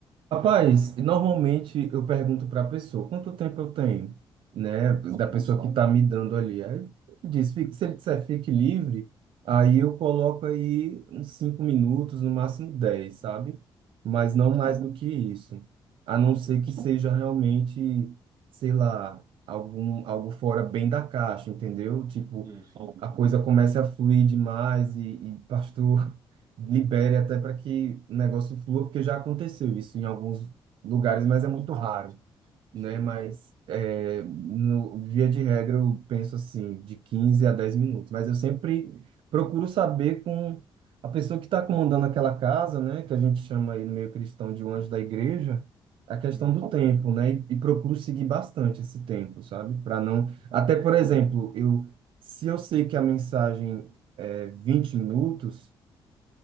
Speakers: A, on the right (about 70°); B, on the right (about 40°).
A: Rapaz, normalmente eu pergunto para a pessoa quanto tempo eu tenho, né?
B: Sim.
A: Da pessoa que está me dando ali. Aí diz, "Fique- se ele disser fique livre, aí eu coloco aí uns cinco minutos, no máximo 10, sabe? Mas
B: Show.
A: não mais do que isso. A não ser
B: Sim.
A: que seja realmente, sei lá, algum, algo fora bem da caixa, entendeu? Tipo,
B: Isso.
A: a coisa comece a fluir demais e, e pastor <laughs> libere até para que o negócio flua, porque já aconteceu isso em alguns lugares,
B: Já.
A: mas é muito raro
B: Sim. Isso
A: né?
B: mesmo.
A: Mas é, no, via de regra eu penso assim, de 15 a 10 minutos. Mas eu sempre procuro saber com a pessoa que está comandando aquela casa, né? Que a gente chama aí no meio cristão de um anjo da igreja, a questão
B: Isso.
A: do tempo, né? E, e procuro seguir bastante esse tempo, sabe? Para não. Até, por exemplo, eu se eu sei que a mensagem é 20 minutos